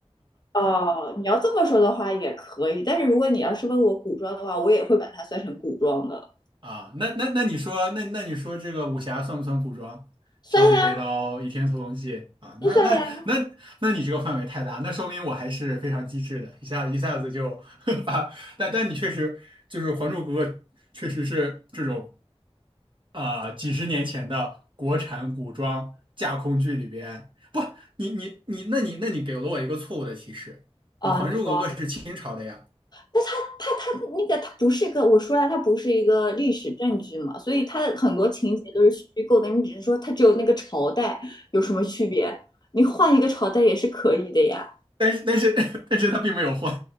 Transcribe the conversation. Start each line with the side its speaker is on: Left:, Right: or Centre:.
Left: 哦，你要这么说的话也可以，但是如果你要是问我古装的话，我也会把它算成古装的，
Right: 啊，那那那你说，那那你说这个武侠算不算古装？
Left: 算呀，
Right: 小李飞刀、倚天屠龙记啊，
Left: 都算呀。
Right: 那那那那你这个范围太大，那说明我还是非常机智的，一下一下子就 <laughs> 把，但但你确实就是《还珠格格》，确实是这种。啊、几十年前的国产古装架空剧里边，不，你你你，那你那你给了我一个错误的提示啊，
Left: 啊、
Right: 《还珠格格》是清朝的呀，
Left: 你说，那它它它那个它不是一个，我说了，它不是一个历史证据嘛，所以它的很多情节都是虚构的，你只是说它只有那个朝代有什么区别，你换一个朝代也是可以的呀。
Right: 但是但是 <laughs> 但是它并没有换，